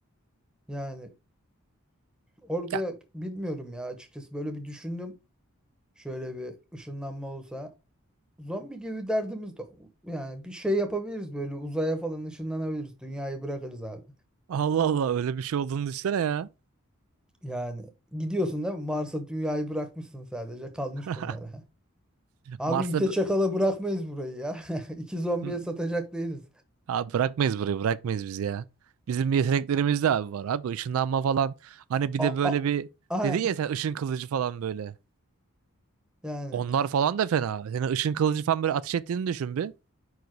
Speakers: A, in the centre; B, on the right.
A: Yani orada
B: Ya
A: bilmiyorum ya açıkçası böyle bir düşündüm. Şöyle bir ışınlanma olsa zombi gibi derdimiz de yani bir şey yapabiliriz böyle uzaya falan ışınlanabiliriz. Dünyayı bırakırız abi.
B: Allah Allah öyle bir şey olduğunu düşünsene ya.
A: Yani gidiyorsun değil mi? Mars'a dünyayı bırakmışsın sadece. Kalmış
B: <laughs>
A: bunlara. Abi
B: Mars'ta
A: ite
B: bi-
A: çakala bırakmayız burayı ya. <laughs> İki zombiye
B: Hı.
A: satacak değiliz.
B: abi bırakmayız burayı bırakmayız bizi ya. Bizim yeteneklerimiz de abi var abi ışınlanma falan. Hani bir
A: A,
B: de böyle
A: a,
B: bir
A: aha.
B: dedin ya sen ışın kılıcı falan böyle.
A: Yani
B: Onlar falan da fena. Senin ışın kılıcı falan böyle ateş ettiğini düşün bir.